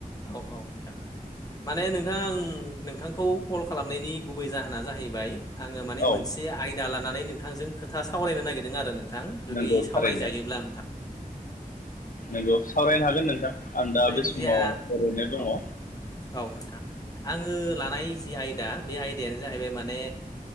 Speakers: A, on the left; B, on the left.
A: औ औ नोंथां। माने नोंथांङा आं नोंथांखौ कल खालामनायनि गुबै जाहोना जाहैबाय - आंङो माने
B: औ
A: मोनसे आयदा लानानै नोंथांजों खोथा सावरायनो नागिरदों आरो नोंथां। नोंथां जुदि
B: नंगौ
A: सावरायजायोब्ला
B: थारैनो
A: नोंथां।
B: नंगौ सावरायनो हागोन नोंथां आं दा
A: जायखिजाया
B: बे समाव ओरैनो दंङ।
A: औ औ नोंथां आंङो लानाय जि आयदा बे आयदायानो जाहैबाय माने